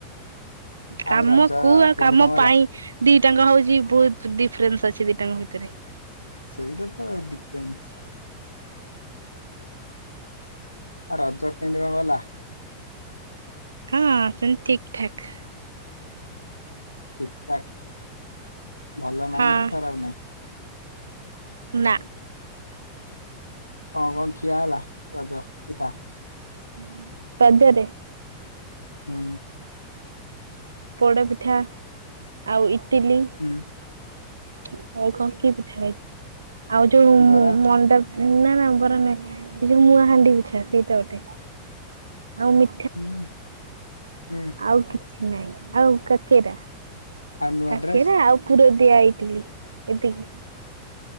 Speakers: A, on the left (about 85°); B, on the right (about 75°).
A: ଆଉ
B: କାମ
A: ରଜ
B: କୁ ଆଉ
A: କେମିତି
B: କାମ
A: କଣ ଗଲା?
B: ପାଇଁ ଦି ଟାଙ୍କ ହଉଛି ବହୁତ ଡିଫରେନ୍ସ ଅଛି ଦିଟାଙ୍କ ଭିତରେ।
A: ସେଇଟା ତ ଡିଫରେନ୍ସ। ଆଉ ରଜ କେମିତି କଣ ଗଲା।
B: ହଁ ସେମିତି ଠିକ ଠାକ୍।
A: ଠିକଠାକ୍ ଭଲ ନାହିଁ
B: ହଁ
A: କି ଖରାପ ନାହିଁ।
B: ନାଁ।
A: ହଁ କଣ ଖିଆ ହେଲା ରଜ ପିଠା।
B: ହୁ <unintelligible> ରଜରେ।
A: ହୁଁ।
B: ପୋଡପିଠା ଆଉ ଇଟିଲି।
A: ହୁଁ
B: ଆଉ କଣ କି ପିଠା ଖାଇଛ ଆଉ ଯୋଉ।
A: ବରା।
B: ଅଣ୍ଡା ନାଁ ନାଁ ବରା ନୁହେଁ ସେ ଯୋଉ ମୁୂଆଁ ହାଣ୍ଡି ପିଛା ସେଇଟା ଗୋଟେ। ଆଉ ମି।
A: ହୁଁ ହୁଁ।
B: ଆଉ କିଛି ନାହିଁ ଆଉ କାକେରା
A: ଆଉ ନୂଆ
B: କାକେରା
A: ଡ୍ରେସ
B: ଆଉ। ପୁର ଦିଆ ଇଟିଲି ଏତିକି।